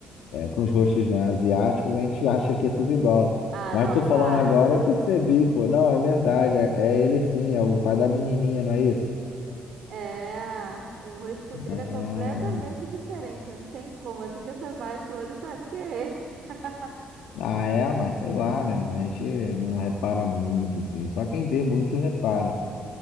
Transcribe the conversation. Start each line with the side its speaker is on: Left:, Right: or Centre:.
Left: é, com os rostos, né, asiáticos, a gente <laughs> acha que é tudo igual.
Right: Ah,
Left: Mas
Right: não,
Left: tu falando
Right: para.
Left: agora, eu percebi, pô. Não, é verdade. É, é ele sim, é o pai da menininha, não é isso?
Right: É, o rosto dele
Left: Não.
Right: é completamente diferente, não tem como. Assim que você baixa o olho, sabe que é ele. <laughs>
Left: Ah, é, mas sei lá, né? A gente não repara muito, assim. Só quem vê muito repara.